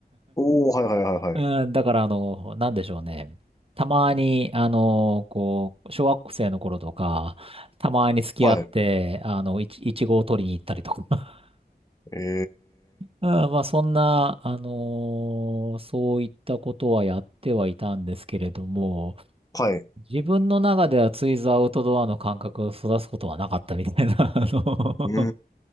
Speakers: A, on the left (about 20°); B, on the right (about 35°).
A: おー、はいはいはいはい。
B: うん、だからあの、なんでしょうね。たまに、あの、こう、小学生の頃とか、たまに付き合って、
A: はい。
B: あの、いち、いちごを取りに行ったりとか。<laughs>
A: え
B: うん、まあそんな、あのそういったことはやってはいたんですけれども、
A: ー、はい。
B: 自分の中ではついぞアウトドアの感覚を育つことはなかったみたいな、<laughs> あの
A: う